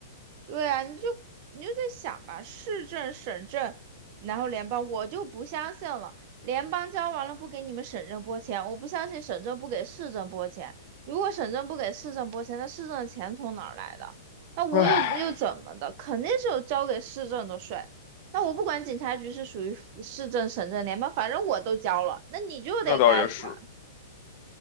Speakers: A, on the right; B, on the left.
A: 对啊，你就你就在想吧，市政、省政，然后联邦，我就不相信了。联邦交完了不给你们省政拨钱，我不相信省政不给市政拨钱。如果省政不给市政拨钱，那市政的钱从哪儿来的？那我又又怎么的？
B: 唉，
A: 肯定是有交给市政的税。那我不管警察局是属于市政、省政、联邦，反正我都交了，那你就得该管，
B: 那倒也是，